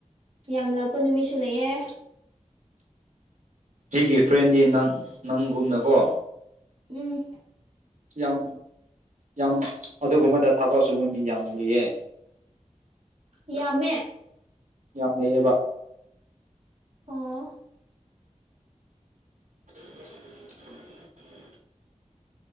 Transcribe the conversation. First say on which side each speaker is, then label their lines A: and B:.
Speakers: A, on the right (about 60°); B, on the right (about 75°).
A: ꯌꯥꯝ ꯂꯥꯛꯄ ꯅꯨꯃꯤꯠꯁꯨ ꯂꯩꯑꯦ
B: ꯑꯩꯒꯤ ꯐ꯭ꯔꯦꯟꯗꯤ ꯅꯪ ꯅꯪꯒꯨꯝꯅꯀꯣ
A: ꯎꯝ
B: ꯌꯥꯝ ꯌꯥꯝ ꯑꯗꯨꯒꯨꯝꯕꯗ ꯊꯥꯕꯛ ꯁꯨꯕ ꯃꯤ ꯌꯥꯝ ꯂꯩꯌꯦ <inaudible>
A: ꯌꯥꯝꯃꯦ
B: ꯌꯥꯝ ꯂꯩꯩꯌꯦꯕ
A: ꯑꯣ
B: <inaudible>